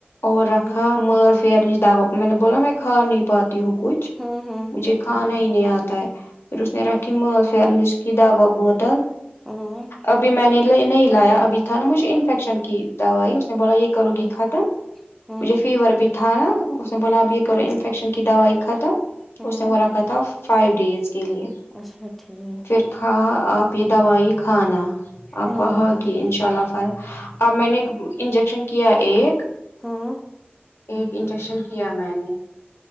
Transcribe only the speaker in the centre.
ہوں
ہوں ہوں
ہوں
ہوں
ہوں
ہوں
اچھا ٹھیک
ہوں
ہوں ہوں
ہوں